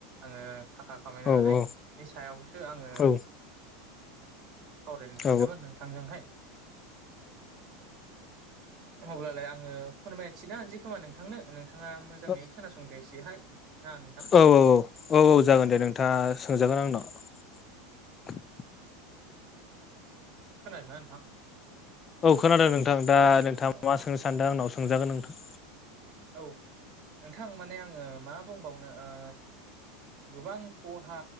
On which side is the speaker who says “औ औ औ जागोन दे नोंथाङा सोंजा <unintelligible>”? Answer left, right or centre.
Left